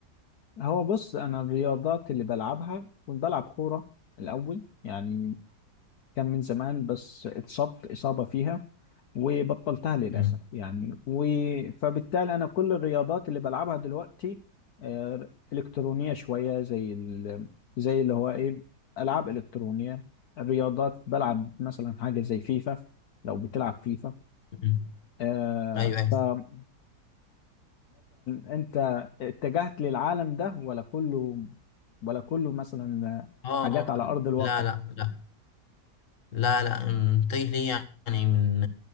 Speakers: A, on the left; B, on the left.
A: هو بص أنا الرياضات اللي بلعبها كنت بلعب كورة الأول يعني كان من زمان بس اتصبت إصابة فيها وبطلتها للأسف
B: امم
A: يعني و... فبالتالي أنا كل الرياضات اللي بلعبها دلوقتي آه، إلكترونية شوية زي ال... زي اللي هو إيه ألعاب إلكترونية الرياضات بلعب مثلا حاجة زي فيفا لو بتلعب فيفا
B: امم
A: آه،
B: أيوه
A: فمثلا
B: أيوه
A: أنت اتجهت للعالم ده ولا كله ولا كله مثلا
B: اه
A: حاجات
B: اه
A: على أرض الواقع
B: لا لا لا لا لا أم، متجه ليه يعني من